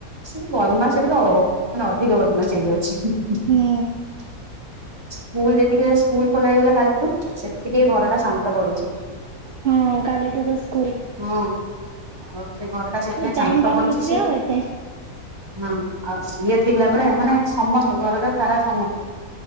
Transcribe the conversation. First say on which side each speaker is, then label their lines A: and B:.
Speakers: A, on the right (about 20°); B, on the right (about 60°).
A: ସେବଦମାସରେତ ଅ ମାନେ ଅଧିକ ବଦମାସ୍ ହେଇଯାଉଚି। ମୁକଇଲି ଯେତିକିରେ
B: ହୁଁ
A: ସ୍କୁଲ ଯେତିକିରେ ସ୍କୁଲ ଖୋଲା ହେଇଗଲା କାଲିଠୁ ସେତିକି ଏଘରଟା ଶାନ୍ତ ପଡ଼ୁଚି।
B: ହଁ କାଲିଠୁତ ସ୍
A: ହଁ ଆଉ ସେଇ ଘରଟା ସେଥିପାଇଁ
B: ଟାଇମ୍
A: ଶାନ୍ତ
B: ପାଉନଥିବେ
A: ପଡ଼ୁଚି ସେ
B: ଆଉ ଏତେ
A: ହଁ ଆଉ ସିଏ ଥିଲା ବେଳେ ମାନେ ସମସ୍ତେ ଘରଟା ସାରା ସମସ୍ତେ